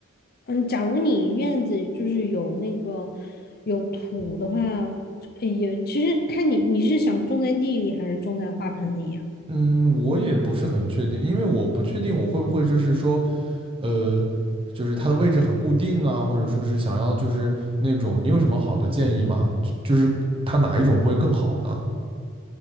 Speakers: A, on the left; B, on the right.
A: 嗯，假如你院子就是有那个有土的话，也其实看你你是想种在地里还是种在花盆里呀？
B: 嗯，我也不是很确定，因为我不确定我会不会就是说。呃，就是它的位置很固定啊，或者说是想要就是那种，你有什么好的建议吗？就就是它哪一种会更好呢？